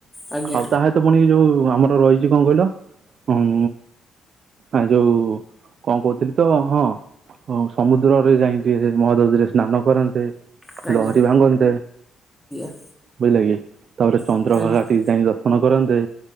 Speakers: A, in the centre; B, on the right (about 55°).
A: ଆଜ୍ଞା
B: ଆଉ ତା ତ ପୁଣି ଯୋଉ ଆମର ରହିଛି କଣ କହିଲ ହୁଁ। ଆ ଯୋଉ କଣ କହୁଥିଲି ତ ହଁ ହଁ ହଉ ସମୁଦ ଦୂରରେ ଯାଇକି ମହୋଦଧିରେ ସ୍ନାନ କରନ୍ତେ
A: ଆଜ୍ଞା
B: ଲହରୀ
A: ଆଜ୍ଞା
B: ଭାଙ୍ଗନ୍ତେ।
A: ଆଜ୍ଞା
B: ବୁଝିଲେ କି ତାପରେ ଚନ୍ଦ୍ରଭାଗା
A: ଆଜ୍ଞା
B: ଟିକେ ଯାଇ ଦର୍ଶନ କରନ୍ତେ।